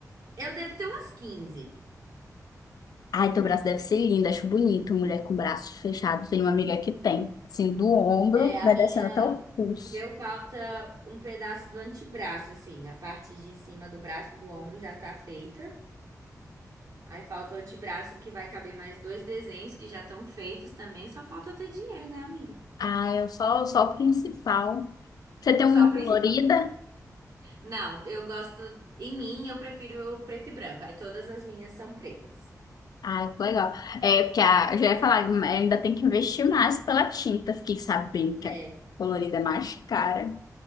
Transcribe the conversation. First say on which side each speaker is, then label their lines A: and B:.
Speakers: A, on the right; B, on the left.
A: eu devo ter umas 15.
B: Ai,
A: Devo
B: teu braço
A: ter.
B: deve
A: um,
B: ser lindo, acho bonito, mulher com braço fechado. Tem uma amiga que tem, assim, do ombro,
A: É, a
B: vai
A: minha.
B: descendo até o pulso.
A: o Meu falta um pedaço do antebraço, assim. A parte de cima do braço e do ombro já tá feita. Aí falta o antebraço que vai caber mais dois desenhos que já estão feitos também. Só falta eu ter dinheiro, né, amiga?
B: Ah, eu só, só o principal. Você tem uma
A: Só o
B: colorida?
A: principal. Não, eu gosto. Em mim, eu prefiro o preto e branco. Aí todas as minhas são pretas.
B: Ah, que legal. É, porque a, eu já ia falar, né, ainda tem que investir mais pela tinta. Fiquei sabendo que
A: É,
B: a colorida é mais cara.